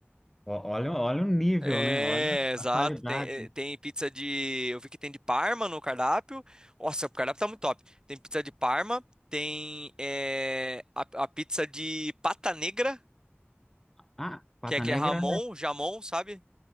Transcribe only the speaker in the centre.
ó- olha, olha o nível,
né? Olha
a qualidade.
Ah, Pata
Negra,